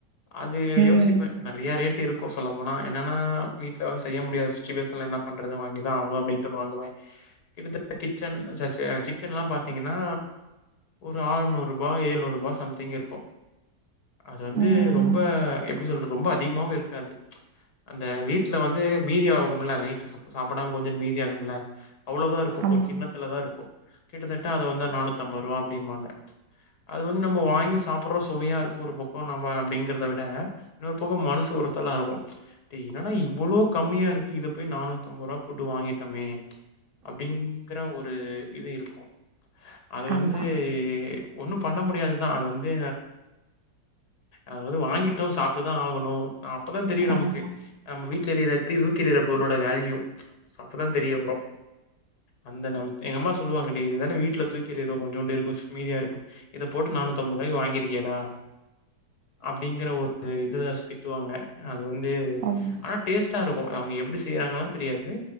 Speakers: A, on the left (about 70°); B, on the right (about 60°).
A: அது
B: ம்
A: யோசிப்ப நறையா ரேட் டிருக்கு சொல்ல போனா என்னன்னா வீட்ல வந்து செய்ய முடியாத சுச்சுவேஷன்ல என்னா பண்றது வாங்கிதா ஆவணு அப்டின்ட்டு வாங்குவே கிட்டத்த கிச்சன் ச்ச்ச சிக்கன்ல்லா பாத்தீங்கன்னா ஒரு ஆறுநூறு ரூபா ஏழுநூறு ரூபா சம்திங் இருக்கு அது வந்து
B: ம்
A: ரொம்ப எப்படி சொல்றது ரொம்ப அதிகமாவு இருக்காது அந்த வீட்ல வந்து மீதி ஆகுமுல நைட்டு ச சாப்படாம கொஞ்சோ மீதி ஆகும்ல அவ்ளோதா இருக்கு
B: ஆமா
A: ஒரு கிண்ணத்துலதா இருக்கு கிட்டத்தட்ட அது வந்து நானூத்தம்பது ரூவா அப்டிம்பாங்க அது வந்து நம்ம வாங்கி சாப்பட்றோ சுவையா இரு க்கு ஒரு பக்கோ நம்ம அப்டிங்கிறத விட இன்னொரு பக்கம் மனுசு உருத்தல்லா இருக்கு டே என்னடா இவ்ளோ கம்மியா இருக்கு இத போய் நானூத்தம்பது ரூவா போட்டு வாங்கிட்டோமே அப்டிங்கிற ஒரு இது இருக்கு அத வந்
B: ஆமா
A: து ஒண்ணும் பண்ண முடியாதுதா அத வந்து அதாவ்து வாங்கிட்டோ சாப்ட்டுதா ஆகணு அ அப்பதா தெரியு நமக்கு
B: ஆமா
A: நம்ம வீட்ல எரியுற டியூப் தூக்கி எரியுற பொருளோட வேல்யூ அப்பதா தெரியு ப்ரோ அந்த நவ்த் எங்க அம்மா சொல்லுவாங்க டே இதுதான வீட்ல தூக்கி எறியுறோ கொஞ்சோண்டு இருக்கு ஸ்மீதியா இருக்கு இத போட்டு நானூத்தம்பது ரூவாக்கு வாங்கிருக்கியேடா அப்டிங்கற ஒரு இதிரஸ் திட்டுவாங்க அது வந்து
B: ஆமா
A: ஆனா டேஸ்ட்டா இருக்கு அவுங்க எப்டி செய்யறாங்களன் தெரியாது